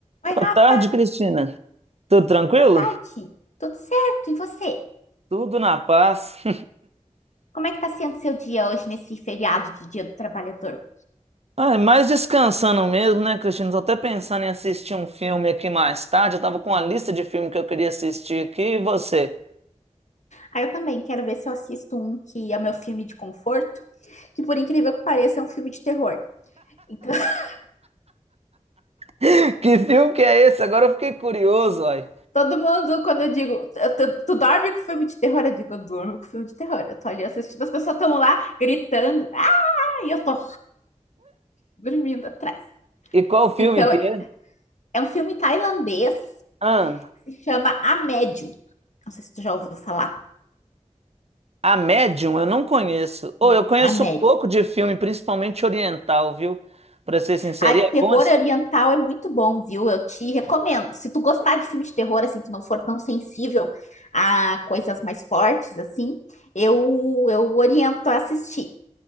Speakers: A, on the left (about 70°); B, on the right (about 55°).
A: Oi,
B: Boa
A: Rafa,
B: tarde, Cristina. Tudo tranquilo?
A: boa tarde. Tudo certo? E você?
B: Tudo na paz. <laughs>
A: Como é que tá sendo seu dia hoje nesse feriado de Dia do Trabalhador?
B: Ah, mais descansando mesmo, né, Cristina? Tô até pensando em assistir um filme aqui mais tarde. Eu tava com uma lista de filmes que eu queria assistir aqui. E você?
A: Ah, eu também quero ver se eu assisto um que é o meu filme de conforto, que por incrível que pareça é um filme de terror. Então, <laughs>
B: <laughs> Que filme que é esse? Agora eu fiquei curioso, uai.
A: todo mundo, quando eu digo, tu, tu- tu dorme com filme de terror? Eu digo, eu durmo com filme de terror. Eu tô ali assistindo, as pessoas estão lá gritando, ah, e eu tô dormindo atrás.
B: E qual filme
A: Então,
B: que
A: é
B: é?
A: é um filme tailandês
B: Ah,
A: que se chama A Médium. Não sei se tu já ouviu falar.
B: A Medium eu não conheço. Ou
A: É,
B: eu conheço
A: A Médium.
B: um pouco de filme, principalmente oriental, viu? Pra ser sincero,
A: Ai, o
B: e é
A: terror
B: bom esse
A: oriental
B: filme?
A: é muito bom, viu? Eu te recomendo. Se tu gostar de filme de terror, assim, tu não for tão sensível a coisas mais fortes, assim, eu, eu oriento a assistir.